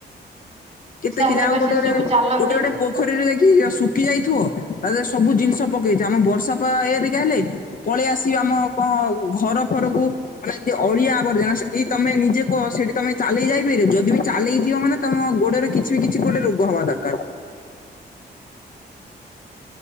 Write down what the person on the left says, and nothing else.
କେତେ ଥିଲା
ଆଉ
ଗୋଟେ
ଗୋଟେ କରେ
ଗୋଟେ ଗୋଟେ ପୋଖରୀରେ କି ଏ ଶୁଖି ଯାଇଥିବ ତାଦେହରେ ସବୁ ଜିନିଷ ପକେଇଥିବ ଆମ ବର୍ଷା ପା ହେରିକା ହେଲେ। ପଳେଇ ଆସିବି ଆମ କଣ ଘର ଫରକୁ। ଲାଗେ ଅଳିଆ ଆବର୍ଜନା ସେଠି ତମେ ନିଜେ କୁହ ସେଠି ତମେ ଚାଲିକି ଯାଇପାରିବ ଯଦି ବି ଚାଲିକି ଝିଅ ମାନେ ତମ ଗୋଡରେ କିଛି ବି କିଛି ଗୋଟେ ରୋଗ ହେବା ଦରକାର।